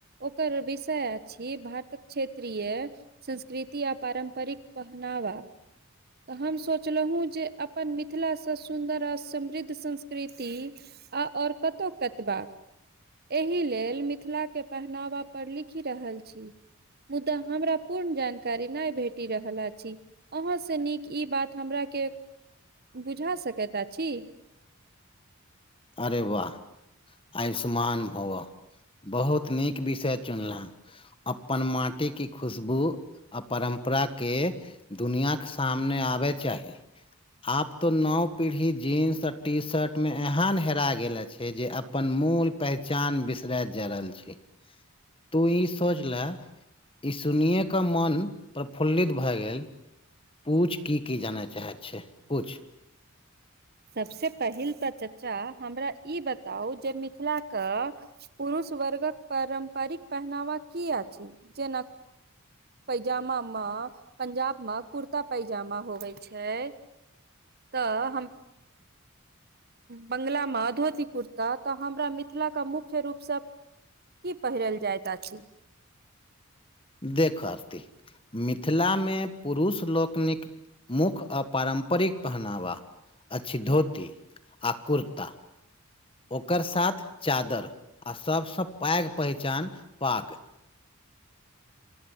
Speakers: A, on the right; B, on the left.
A: ओकर विषय अछि भारतक क्षेत्रीय संस्कृति आ पारम्परिक पहनावा तऽ हम सोचलहुँ जे अपन मिथिलाँ स सुन्दर आ समृद्ध संस्कृति आ और कतौ कतबा एहि लेल मिथिलाके पहनावा पर लिखि रहल छी। मुदा हमरा पूर्ण जानकारी नहि भेटि रहल अछि। अहाँ सँ नीक ई बात हमराके बुझा सकैत अछि।
B: अरे वाह आयुष्मान भवः। बहुत नीक विषय चुनला अपन माटी की खुशबू आ परम्परा के दुनिया के सामने आबे चाही। आब तो नओ पीढ़ी जींस आ टी शर्टमे एहन हेरा गेल अछि जे अपन मूल पहचान बिसरैत जा रहल छी। तू ई सोच लय ई सुनए कऽ मन प्रफुल्लित भए गेल पूछ की की जानय चाहैत छैय पूछ।
A: सबसे पहिल तऽ चच्चा हमरा ई बताउ जे मिथिला कऽ पुरुष वर्गक पारम्परिक पहनावा की अछि जेनक पैजामा मऽ पंजाब मे कुर्ता पैजामा होवे छैय। तऽ हम बंगला मऽ धोती कुर्ता तऽ हमरा मिथिला कऽ मुख्य रूपसँ की पहिरल जाइत अछि?
B: देख आरती मिथिला मे पुरुष लोकनिक मुख आ पारम्परिक पहनावा अच्छी धोती। आ कुर्ता। ओकर साथ चादर आ सभसँ पैघ पहिचान पाग।